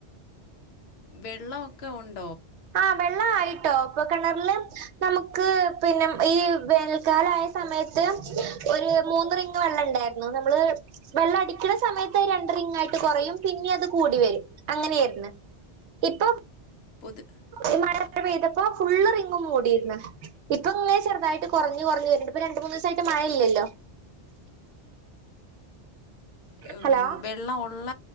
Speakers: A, on the left; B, on the right.
A: വെള്ളം ഒക്കെ ഉണ്
B: ആഹ് വെള്ളായിട്ടോ ഇപ്പ കിണറില് നമുക്ക് പിന്നെ ഈ വേനൽക്കാലയ സമയത്ത് ഒരു മൂന്ന് റിങ്ങ് വെള്ളം ഇണ്ടായിരുന്നു നമ്മള് വെള്ളം അടിക്കണ സമയത്ത് രണ് റിംഗായിട്ട് കുറയും പിന്നിം അത് കൂടി വരും അങ്ങനെയായിരുന്നു ഇപ്പൊ
A: പൊതു
B: ഈ മഴ പെയ്തപ്പോ ഫുള്ള് റിങ്ങ് മൂടിയിന്ന് ഇപ്പൊ ഇങ്ങനെ ചെറുതായിട്ട് കുറഞ്ഞു കൊറഞ്ഞ് വരണ്ട് ഇപ്പ രണ്ട് മൂന്ന് ദിവസായിട്ട് മഴ ഇല്ലല്ലോ
A: ഉം
B: ഹലോ
A: വെള്ളം ഉള്ള